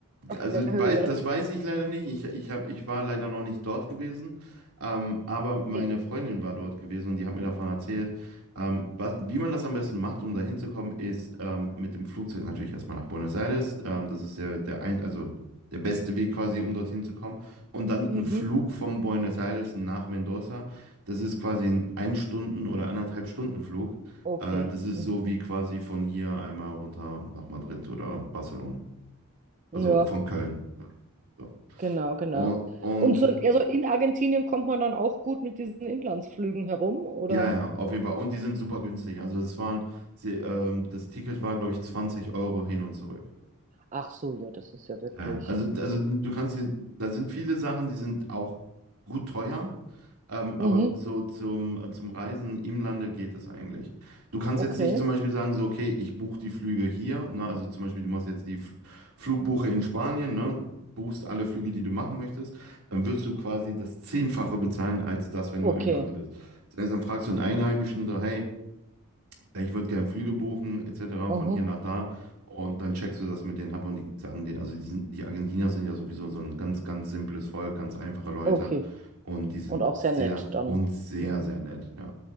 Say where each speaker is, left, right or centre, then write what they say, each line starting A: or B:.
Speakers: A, on the right; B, on the right.
A: Auf
B: also
A: der Höhe.
B: weiß, das weiß ich leider nicht. Ich, ich, hab, ich war leider noch nicht dort gewesen. Ähm, aber
A: Okay.
B: meine Freundin war dort gewesen und die hat mir davon erzählt.
A: Mhm.
B: Ähm, was, wie man das am besten macht, um da hinzukommen, ist ähm, mit dem Flugzeug natürlich erstmal nach Buenos Aires. Ähm, das ist ja der ein, also der beste Weg quasi, um dorthin zu kommen. Und dann ein
A: Mhm.
B: Flug von Buenos Aires nach Mendoza. Das ist quasi ein ein Stunden- oder anderthalb Stunden Flug.
A: Okay.
B: Äh, das ist
A: Mhm.
B: so wie quasi von hier einmal runter nach Madrid oder Barcelona. Also
A: Ja,
B: von Köln. So.
A: genau, genau.
B: Und, und
A: Und so,
B: äh,
A: also in Argentinien kommt man dann auch gut mit diesen Inlandsflügen herum, oder?
B: ja, ja, auf jeden Fall. Und die sind super günstig. Also es waren, sie, ähm, das Ticket war, glaube ich, 20 Euro hin und zurück.
A: Ach so, ja, das ist ja wirklich.
B: Ja, also, also du kannst hier, da sind viele Sachen, die sind auch gut teuer, ähm,
A: Mhm.
B: aber so zum, äh, zum Reisen im Lande geht das eigentlich. Du kannst
A: Okay.
B: jetzt nicht zum Beispiel sagen, so, okay, ich buche die Flüge hier, ne, also zum Beispiel, du machst jetzt die F- Flugbuche in Spanien, ne, buchst alle Flüge, die du machen möchtest, dann wirst du quasi das Zehnfache bezahlen, als das, wenn
A: Okay.
B: du im Lande bist. Das heißt, dann fragst du einen Einheimischen so, hey, ey, ich würde gerne Flüge buchen, etc.,
A: Mhm.
B: von hier nach da. Und dann checkst du das mit denen ab und die sagen dir, also die sind, die Argentinier sind ja sowieso so ein ganz, ganz simples Volk, ganz einfache Leute.
A: Okay.
B: Und die sind
A: Und auch sehr
B: sehr,
A: nett dann.
B: uns sehr,
A: Mhm.
B: sehr nett, ja.